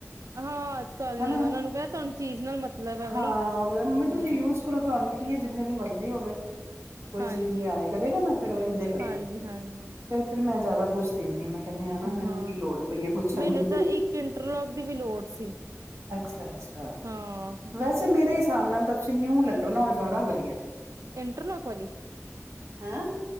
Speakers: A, on the right (about 75°); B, on the right (about 60°).
A: ਹਾਂ ਅੱਜ-ਕੱਲ
B: ਹੈਨਾ,
A: ਨੀ ਉਹਨਾਂ ਨੂੰ ਕਿਹਾ ਤੁਹਾਨੂੰ ਚੀਜ਼ ਨਾਲ ਮਤਲਬ ਐ
B: ਹਾਂ
A: ਬਈ।
B: ਉਹ ਕਹਿੰਦਾ ਮੰਮੀ ਤੁਸੀਂ
A: ਹੂੰ,
B: ਯੂਜ ਕਰੋ। ਤੁਹਾਨੂੰ ਕੀ ਐ ਜਿੰਨੇ ਦੀ ਮਰਜ਼ੀ ਹੋਵੇ। ਕੋਈ
A: ਹਾਂਜੀ,
B: ਚੀਜ਼ ਲਿਆਏ ਕਰੇਗਾ ਨਾ ਫਿਰ ਉਹ ਇੰਝ ਕਰਦਾ
A: ਹਾਂਜੀ-ਹਾਂਜੀ।
B: ਐ। ਫਿਰ ਮੈਂ ਜ਼ਿਆਦਾ ਪੁੱਛਦੀ ਵੀ ਨਹੀਂ ਮੈਂ। ਕਹਿੰਦੇ ਆ ਨਾ ਮੈਨੂੰ
A: ਹਾਂ,
B: ਕੀ ਲੋੜ ਪਈ ਐ ਪੁੱਛਣ
A: ਮੈਨੂੰ
B: ਦੀ।
A: ਤਾਂ ਇੱਕ ਇੰਟਰਲੋਕ ਦੀ ਵੀ ਲੋੜ ਸੀ,
B: ਅੱਛਾ-ਅੱਛਾ,
A: ਹਾਂ।
B: ਵੈਸੇ ਮੇਰੇ ਹਿਸਾਬ ਨਾਲ ਤਾਂ ਤੁਸੀਂ ਨਿਊ ਲੈ ਨਾ ਹੋਜ਼ਾਰਾ ਵਧੀਆ ਐ।
A: ਇੰਟਰਲੋਕ ਵਾਲੀ,
B: ਹੈਂ।